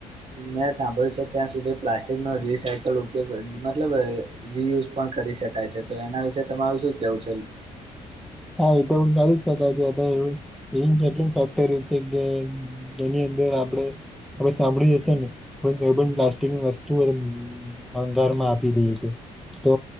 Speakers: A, on the right; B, in the centre.
A: મેં સાંભળ્યું છે ત્યાં સુધી પ્લાસ્ટિક નો રીસાયકલ ઉપયોગ મતલબ રિયુઝ પણ કર. કરી શકાય છે તો એના વિશે તમારું શું કેવું છે.
B: હા એ તો કરી જ શકાય, એવી કેટલું ફેક્ટર્યું છે કે એની અંદર. આપણેે. આપણે સાંભળી જ હશે ને કોઇ પણ પ્લાસ્ટિકની વસ્તુ ભંગારમાં આપી દઈએ છે. તો